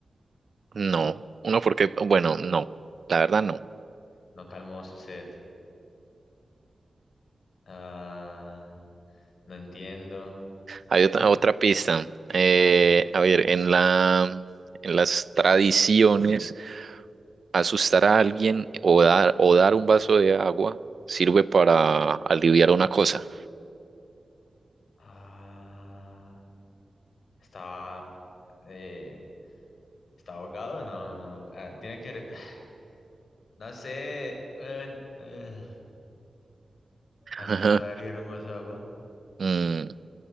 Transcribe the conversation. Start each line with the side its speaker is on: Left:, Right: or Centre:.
Right: no. Uno porque, bueno, no. La verdad no.
Left: No calmó su sed. Ah, no entiendo.
Right: Hay otra,
Left: O sea,
Right: otra pista. Eh,
Left: ok.
Right: a ver, en la, en las tradiciones. Asustar a alguien o dar, o dar un vaso de agua sirve para aliviar una cosa.
Left: Ah, estaba... eh, ¿Está ahogado? No, no, no. Ah, tiene que. re- <sighs> No sé. eh, eh, asustar
Right: Ajá.
Left: y dar un vaso de agua.
Right: Mm,